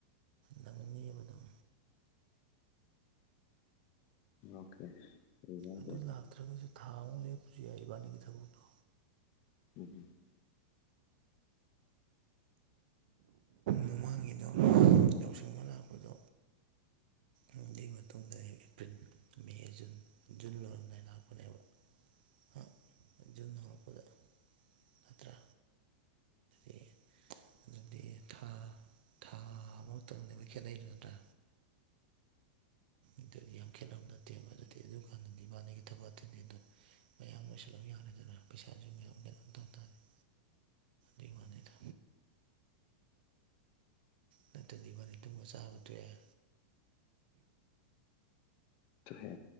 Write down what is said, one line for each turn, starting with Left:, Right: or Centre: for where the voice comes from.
Right: ꯅꯪꯒꯅꯤꯕ ꯑꯗꯨꯝ
Left: ꯑꯣꯀꯦ ꯀꯩꯁꯨ ꯀꯥꯏꯗꯦ
Right: ꯑꯗꯨ ꯂꯥꯛꯇ꯭ꯔꯒꯁꯨ ꯊꯥ ꯑꯃꯨꯛ ꯂꯦꯞꯄꯁꯨ ꯌꯥꯏ ꯏꯕꯥꯅꯤꯒꯤ ꯊꯕꯛꯇꯣ
Left: ꯎꯝꯍꯨꯝ
Right: ꯃꯃꯥꯡꯒꯤꯗꯣ ꯌꯥꯎꯁꯪꯗ ꯂꯥꯛꯄꯗꯣ ꯅꯨꯡꯗꯤ ꯃꯇꯨꯡꯗ ꯑꯩ ꯑꯦꯄ꯭ꯔꯤꯟ ꯃꯦ ꯖꯨꯟ ꯖꯨꯟ ꯂꯣꯏꯔꯝꯗꯥꯏ ꯂꯥꯛꯄꯅꯦꯕ ꯑ ꯍꯧꯔꯛꯄꯗ ꯅꯠꯇ꯭ꯔꯥ ꯑꯦ ꯑꯗꯨꯗꯤ ꯊꯥ ꯊꯥ ꯑꯃꯇꯪꯅꯦꯕ ꯈꯦꯠꯅꯩꯗꯨ ꯅꯠꯇ꯭ꯔꯥ ꯑꯗꯨꯗꯤ ꯌꯥꯝ ꯈꯦꯠꯅꯕ ꯅꯠꯇꯦꯕ ꯑꯗꯨꯗꯤ ꯑꯗꯨ ꯀꯥꯟꯗꯗꯤ ꯏꯕꯥꯥꯅꯤꯒꯤ ꯊꯕꯛ ꯑꯇꯩ ꯑꯇꯩꯗꯣ ꯃꯌꯥꯝ ꯂꯣꯏꯁꯤꯜꯂꯝ ꯌꯥꯅꯤ ꯑꯗꯨꯅ ꯄꯩꯁꯥꯖꯨ ꯃꯌꯥꯝ ꯀꯩꯅꯣꯝ ꯇꯧ ꯇꯥꯔꯗꯤ ꯑꯗꯨꯏ ꯋꯥꯅꯤꯗ ꯅꯠꯇ꯭ꯔꯗꯤ ꯏꯕꯥꯅꯤ ꯇꯨꯝꯕ ꯆꯥꯕ ꯇꯣꯛꯑꯦ
Left: ꯇꯣꯛꯑꯦ